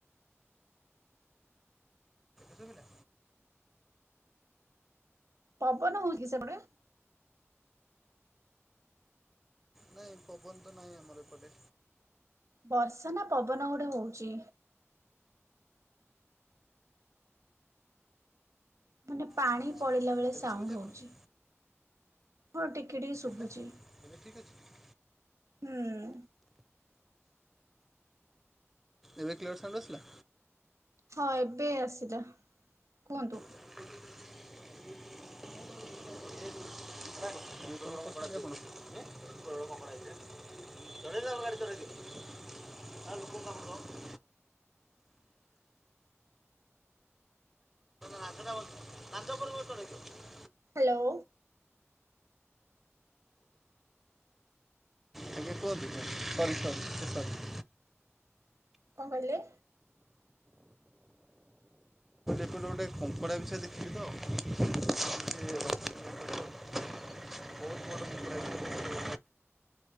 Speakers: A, in the centre; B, on the right.
A: ଶୁଭିଲା?
B: ପବନ ହଉଛି କି ସେପଟେ?
A: ନାଇଁ ପବନ ତ ନାହିଁ ଆମର ଏପଟେ।
B: ବର୍ଷା ନା ପବନ ଗୋଟେ ହଉଛି। ମାନେ ପାଣି
A: ଆଚ୍ଛା
B: ପଡ଼ିଲା ବେଳେ
A: ଏବେ
B: ସାଉଣ୍ଡ
A: ଶୁଭୁଛି ଆପଣଙ୍କୁ
B: ହଉଛି ହଁ ଟିକେ ଟିକେ ଶୁଭୁଛି।
A: ଏବେ ଏବେ ଠିକ୍ ଅଛି।
B: ହୁଁ।
A: ଏବେ କ୍ଲିୟର ସାଉଣ୍ଡ ଆସିଲା।
B: ହଁ ଏବେ ଆସିଲା କୁହନ୍ତୁ?
A: <unintelligible> <inaudible> <inaudible> <inaudible>
B: ହ୍ୟାଲୋ।
A: ଆଜ୍ଞା କୁହନ୍ତୁ ସରି ସରି ସରି
B: କଣ କହିଲେ?
A: ଗୋଟ ଗୋଟେ କଙ୍କଡ଼ାବିଛା ଦେଖିଲି ତ ସେ ବହୁତ୍ ବଡ କଙ୍କଡାବିଛାଟେ